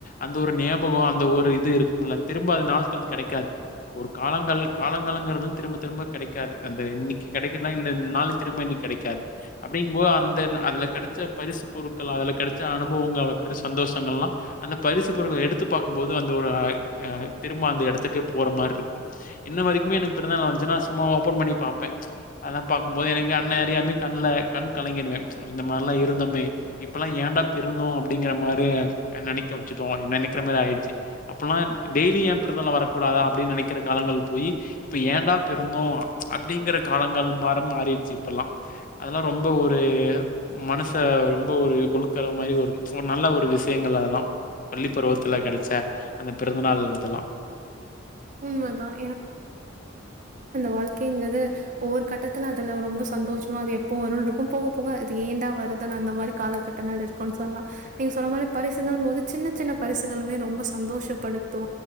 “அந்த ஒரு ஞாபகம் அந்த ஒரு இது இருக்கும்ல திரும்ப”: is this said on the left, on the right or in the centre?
Left